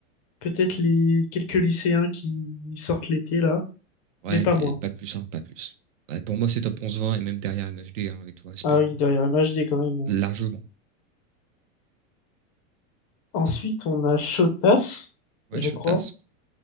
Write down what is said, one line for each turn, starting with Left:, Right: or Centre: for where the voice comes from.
Left: peut-être les quelques lycéens qui sortent l'été, là,
Right: Ouais,
Left: mais pas
Right: mais
Left: moi.
Right: pas plus, hein, pas plus. Ouais, pour moi, c'est top 11-20 et même derrière MHD, hein, avec tout respect.
Left: Ah
Right: hein.
Left: oui, derrière MHD quand même.
Right: Largement.
Left: Ensuite, on a Chotas,
Right: Ouais,
Left: je
Right: Chotas.
Left: crois.